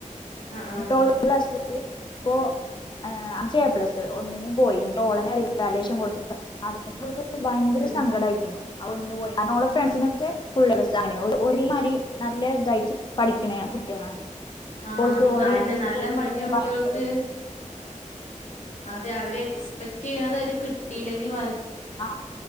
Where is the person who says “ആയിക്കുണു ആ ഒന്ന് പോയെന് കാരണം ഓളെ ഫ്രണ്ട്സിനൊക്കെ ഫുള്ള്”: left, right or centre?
Left